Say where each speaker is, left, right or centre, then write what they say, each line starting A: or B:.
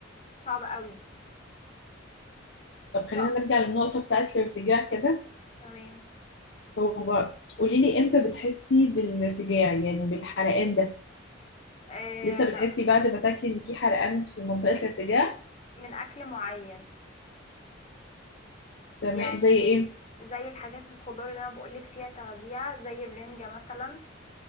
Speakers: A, on the left; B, on the left.
A: صعبه قوي
B: طب خلينا
A: لا
B: نرجع للنقطة بتاعت الارتجاع كده
A: تمام
B: هو قولي لي امتى بتحسي بالارتجاع يعني بالحرقان ده
A: آه
B: لسه
A: لا
B: بتحسي بعد ما تاكلي ان في حرقان في منطقة الارتجاع
A: من اكل معين
B: تمام
A: يعني
B: زي ايه
A: زي الحاجات الخضار اللي انا بقولك فيها تغذيه زي الرنجه مثلا